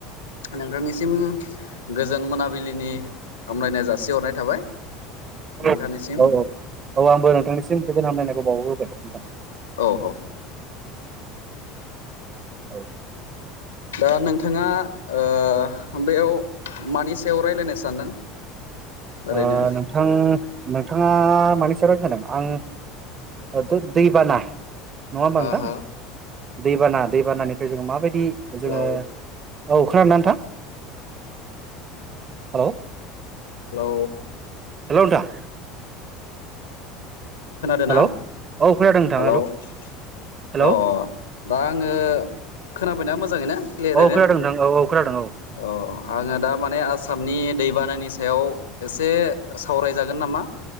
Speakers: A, on the left; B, on the right.
A: नोंथांनिसिम गोजोन मोना बिलिनि हामलायनाय जासिहरनाय थाबाय
B: औ
A: नोंथांनिसिम
B: औ औ औ आंबो नोंथांनिसिम गोजोन हामलायनायखौ बावहरग्रो बाय नोंथां
A: औ औ
B: औ
A: दा नोंथाङा ओ बेयाव मानि सायाव रायलायनो सानदों ओरैनो
B: ओ नोंथां नोंथाङा मानि सायाव रायलायनो सानदों आं दैबाना नङा होमबा
A: हा
B: नोंथां
A: हा
B: दैबाना दैबानानिफ्राय जोङो माबायदि
A: हेलौ
B: जोङो औ खोनादोंना नोंथां हेलौ
A: हेलौ
B: हेलौ नोंथां
A: खोनादों
B: हेलौ
A: ना
B: औ खोनादों नोंथां
A: हेलौ अ
B: हेलौ
A: दा आङो खोनाबायना मोजाङैनो क्लियारैनो
B: औ खोनादों नोंथां औ औ खोनादों
A: अ आङो दा माने आसामनि दैबानानि सायाव एसे सावरायजागोन नामा